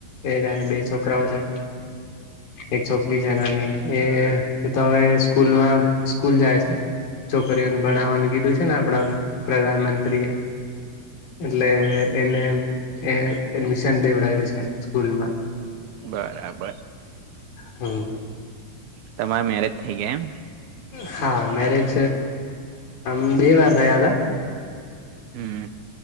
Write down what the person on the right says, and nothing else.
બરાબર.
તમારા મેરેજ થઇ ગયા. એમ?
હમ!